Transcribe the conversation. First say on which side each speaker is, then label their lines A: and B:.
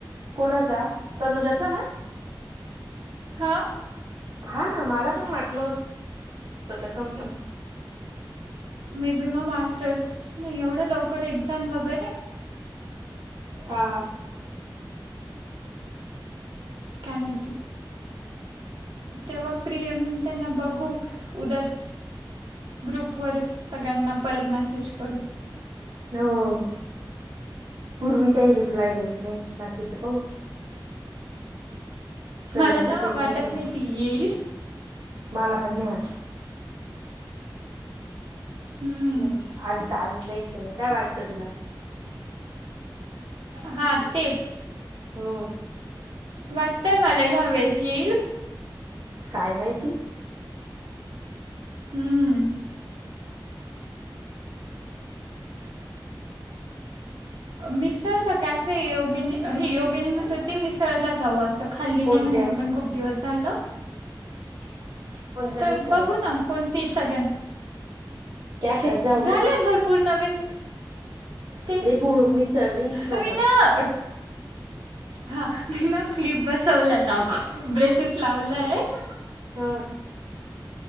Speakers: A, on the right (about 65°); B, on the right (about 80°).
A: कोणाचा तनुजाचा ना?
B: हा.
A: हा ना मला पण वाटलं होत का संपल म्हणून
B: मे बी मग मास्टर्स नाही एवढ्या लवकर एक्झाम वगैरे
A: हा.
B: काय मैती तेव्हा फ्री आहे म्हणते ना बघू उद्या ग्रुपवर सगळ्यांना परत मॅसेज करू
A: हो पूर्वी काही रिप्लाय देत नाही बाकीचे पाहु. कळलं
B: मला
A: तर
B: ना
A: ठीक
B: वाटत
A: तर
B: नाही
A: मग
B: ती येईल.
A: मला पण नाही वाटत
B: हम्म,
A: मरू दे. आली तर आली नाही तर नाही काय वाटत तुला?
B: हां तेच
A: हो.
B: वाटतय मला या वेळेस येईल.
A: काय माहिती?
B: हम्म. मिसळ काय कॅफे योगिनी ही योगिनी तिने म्हणत होती मिसळला जाऊ असं खाल्ली
A: कोणत्या
B: नाही म्हणे मी पण खूप दिवस झालं.
A: <inaudible>
B: तर
A: मिसळ
B: बघू ना कोणती सग्यां
A: कॅफेत जाऊ
B: झाल्यात
A: ग
B: भर पूर नविन तेच
A: लय बोर मिसळ नाही इच्छा
B: ये
A: होत
B: मी
A: आता
B: ना हा मी ना क्लिप बसवल्यात अगं ब्रेसेस लावलेत.
A: हां.